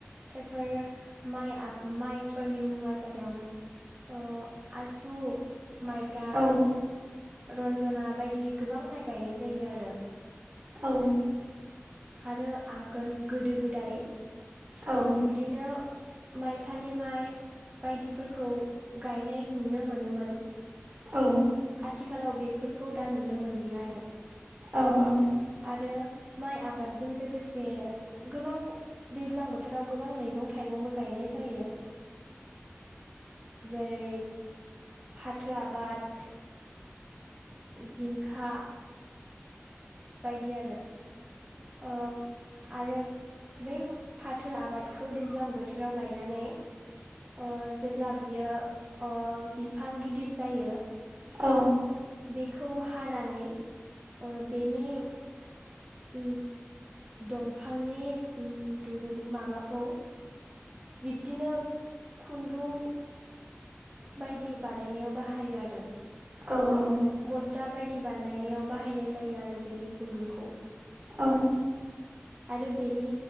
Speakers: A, on the right; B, on the right.
A: बेफोर माइ आब माइफोरनि मुंआ जादों ओ आसु माइब्रा
B: औ
A: रन्जना बायदि गोबां माइ गायनाय जायो आरो
B: औ
A: आरो आगोल गोदो गोदाय <unintelligible>
B: औ
A: बिदिनो माइसालि माइ बायदिफोरखौ गायनाय नुनो मोनोमोन
B: औ
A: आथिखालाव बेफोरखौ दा नुनो मोनलिया आरो
B: औ औ
A: आरो माइ आबादजों लोगोसे गोबां दैज्लां बोथोराव गोबां मैगं थाइगंबो गायनाय जायो जेरै फाथो आबाद जिंखा बायदि आरो ओ आरो बै फाथो आबादखौ दैज्लां बोथोराव गायनानै ओ जेब्ला बियो ओ बिफां गिदिर जायो
B: औ
A: बेखौ हानानै ओ बेनि उम दंफांनि उम दुरुं माबाखौ बिब्दिनो खुन्दुं बायदि बानायनायाव बाहायो आरो
B: औ औ
A: बस्था बायदि बानायनायाव बाहायनाय जायो आरो बेनि खुन्दुंखौ
B: औ
A: आरो बेनि